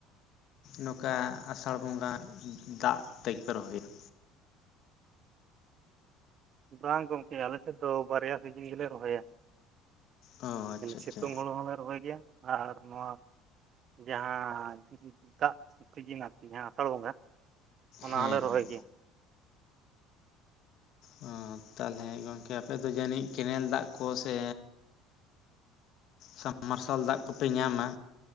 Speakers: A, on the left; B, on the right.
A: ᱱᱚᱝᱠᱟ ᱟᱥᱟᱲ ᱵᱚᱸᱜᱟ ᱫᱟᱜ ᱛᱮ ᱜᱮᱠᱚ ᱨᱚᱦᱚᱭᱟ ᱾
B: ᱵᱟᱝ ᱜᱚᱢᱠᱮ ᱟᱞᱮ ᱥᱮᱫ ᱫᱚ ᱵᱟᱨᱭᱟ ᱥᱤᱡᱤᱱ ᱜᱮᱞᱮ ᱨᱚᱦᱚᱭᱟ᱾
A: ᱚ ᱟᱪᱪᱷᱟ ᱟᱪᱪᱷᱟ
B: ᱥᱤᱛᱩᱝ ᱦᱩᱲᱩ ᱦᱚᱞᱮ ᱨᱚᱦᱚᱭ ᱜᱮᱭᱟ ᱟᱨ ᱱᱚᱣᱟ ᱡᱟᱦᱟᱸ ᱫᱟᱜ ᱥᱤᱡᱤᱱ ᱟᱨᱠᱤ ᱡᱟᱦᱟᱸ ᱟᱥᱟᱲ ᱵᱚᱸᱜᱟ ᱚᱱᱟ
A: ᱦᱮᱸ
B: ᱦᱚᱞᱮ
A: ᱦᱮᱸ
B: ᱨᱚᱦᱚᱭ ᱜᱮᱭᱟ ᱾
A: ᱚ ᱛᱟᱦᱚᱞᱮ ᱜᱚᱢᱠᱮ ᱟᱯᱮ ᱫᱚ ᱡᱟᱹᱱᱤᱡ ᱠᱮᱱᱮᱞ ᱫᱟᱜ ᱠᱚ ᱥᱮ ᱥᱟᱵ ᱢᱟᱨᱥᱟᱞ ᱫᱟᱜ ᱠᱚᱯᱮ ᱧᱟᱢᱟ